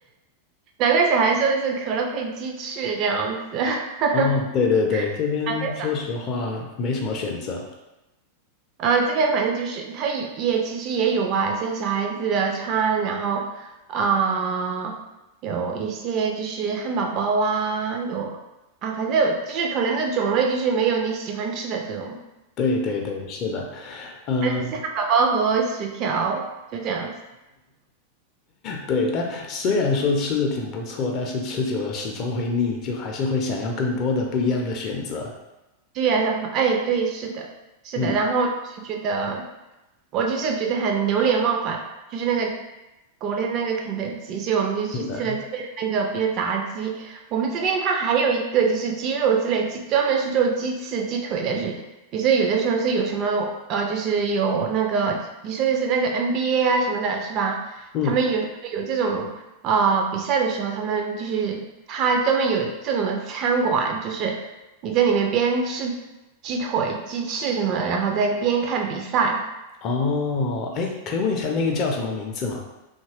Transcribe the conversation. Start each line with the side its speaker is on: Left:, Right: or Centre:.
Right: 难怪小孩说的是可乐配鸡翅这样子，<laughs> 难
Left: 哦，对对对，这边说实话没什么选择。
Right: 怪小呃这边反正就是他也也其实也有啊，像小孩子的餐，然后啊、有一些就是汉堡包啊，有啊反正就是可能的种类就是没有你喜欢吃的这种，
Left: 对对对，是的，嗯，
Right: 但就是汉堡包和薯条就这样子。
Left: 对。但虽然说吃的挺不错，但是吃久了始终会腻，就还是会想要更多的不一样的选择。
Right: 对呀，然后哎，对，是的，是的，
Left: 嗯，
Right: 然后就是觉得，我就是觉得很流连忘返，就是那个国内的那个肯德基，所以我们就去吃了这边的那个，
Left: 是的，
Right: 比如炸鸡，我们这边它还有一个就是鸡肉之类，鸡专门是做鸡翅、鸡腿的，是，比如说有的时候是有什么呃，就是有那个你说的是那个 NBA 啊什么的，是吧？
Left: 嗯，
Right: 他们有时候有这种。啊、比赛的时候，他们就是他专门有这种的餐馆，就是你在里面边吃鸡腿、鸡翅什么的，然后再边看比赛。
Left: 哦，哎，可以问一下那个叫什么名字吗？